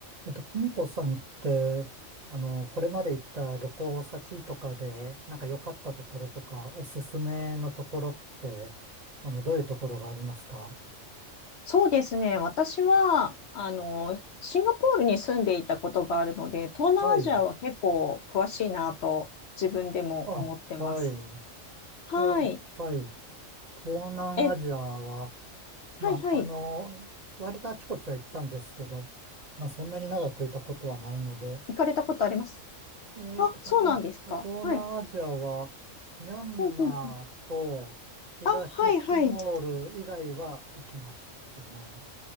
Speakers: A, on the right; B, on the left.
A: えっと、久美子さんって、あの、これまで行った旅行先とかで、なんか良かったところとか、おすすめのところって、あの、どういうところがありますか
B: そうですね。私は、あの、シンガポールに住んでいたことがあるので、東南アジアは結構詳しいなと自分でも思ってます。
A: はい。あ、はい。
B: はい。
A: 東、はい。東南アジアは、
B: え、
A: まあ、
B: はいはい。
A: あの、割とあちこちは行ったんですけど、まあ、そんなに長くいたことはないので、
B: 行かれたことあります
A: えっと、
B: あ、
A: 東、
B: そうなんですか。
A: え東南アジアは、
B: はい。
A: ミャンマーと東チモール以外は行きましたね。
B: うんうんうん。あ、はいはい。